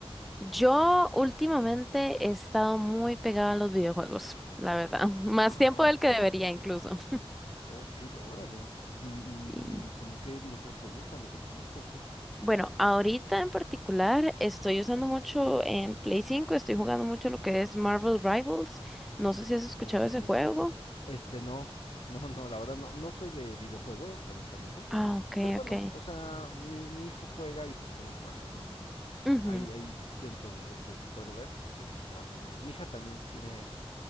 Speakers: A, in the centre; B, on the left.
A: yo últimamente he estado muy pegada a los videojuegos, la verdad. <laughs> Más
B: Ah,
A: tiempo del
B: ok.
A: que debería incluso.
B: Ok, órale. ¿Y, y,
A: Sí.
B: y como qué videojuegos te gustan? ¿De qué tipo? o ¿Qué?
A: Bueno, ahorita en particular estoy usando mucho en Play 5, estoy jugando mucho lo que es Marvel Rivals. No sé si has escuchado
B: Ok.
A: ese juego.
B: Este, no. No, no, la verdad no, no soy de videojuegos, honestamente.
A: Ah, ok,
B: Pero bueno,
A: ok.
B: o sea, mi, mi hijo juega y pues conozco algunos, ¿no?
A: Ujú,
B: Ahí, ahí dentro de lo que puedo ver, pues he visto algunos. Mi hija también tiene ahí